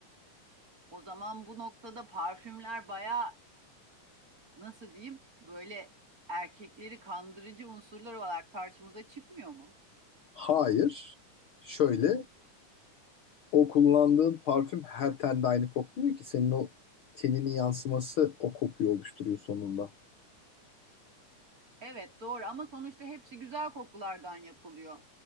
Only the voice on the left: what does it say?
Hayır. Şöyle o kullandığın parfüm her tende aynı kokmuyor ki. Senin o teninin yansıması o kokuyu oluşturuyor sonunda.